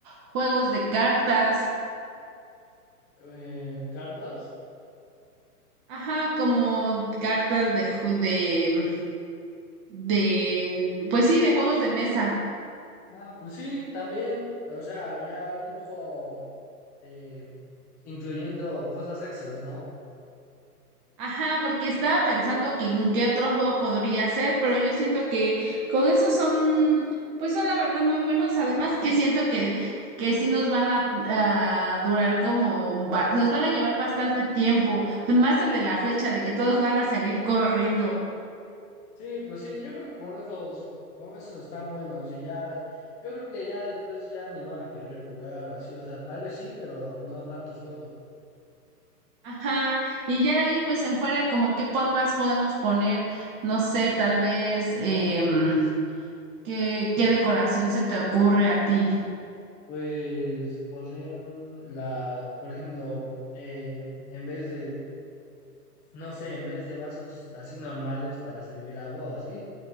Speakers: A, on the right (about 20°); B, on the left (about 20°).
A: juegos de cartas.
B: Eh, ¿cartas?
A: Ajá, como cartas de, ju- de, de, pues sí, de juegos de mesa.
B: Ah, pues sí, también, o sea, ya un poco eh, incluyendo cosas extras, ¿no?
A: Ajá, porque estaba pensando que en qué otro juego podría ser, pero yo siento que con esos son, pues son la verdad muy buenos. Además que siento que, que sí nos van a, a durar como, ba- nos van a llevar bastante tiempo. Más el de la flecha, de que todos van a salir corriendo.
B: Sí, pues sí, yo creo que con esos, con esos están buenos y ya, yo creo que ya después ya ni van a querer jugar o así, o sea, tal vez sí, pero no tantos juegos.
A: Ajá, y ya de ahí pues en fuera como qué pon- más podemos poner, no sé, tal vez em, qué, qué decoración se te ocurre a ti.
B: Pues poner la, por ejemplo, eh, en vez de, no sé, en vez de vasos así normales para servir agua o así,